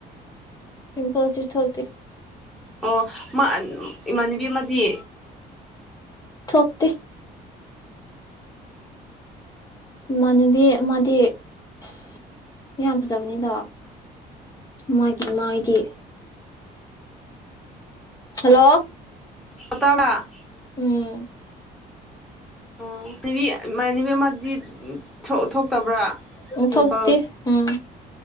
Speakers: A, on the left; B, in the centre.
A: ꯄꯤꯝꯄꯜꯁꯇꯤ ꯊꯣꯛꯇꯦ
B: ꯑꯣ ꯃꯥ ꯏꯃꯥꯟꯅꯕꯤ ꯑꯃꯗꯤ
A: ꯊꯣꯛꯇꯦ ꯏꯃꯥꯟꯅꯕꯤ ꯑꯃꯗꯤ ꯑꯁ ꯌꯥꯝ ꯐꯖꯕꯅꯤꯗꯥ ꯃꯥꯒꯤ ꯃꯥꯏꯗꯤ ꯍꯜꯂꯣ
B: ꯄꯇꯥꯔ
A: ꯎꯝ
B: ꯑꯣ ꯕꯦꯕꯤ ꯑꯝ ꯏꯃꯥꯟꯅꯕꯤ ꯑꯃꯗꯤ ꯊꯣꯛꯇꯕ꯭ꯔꯥ
A: ꯎꯝ
B: ꯄꯤꯝꯄꯜ
A: ꯊꯣꯛꯇꯦ ꯎꯝ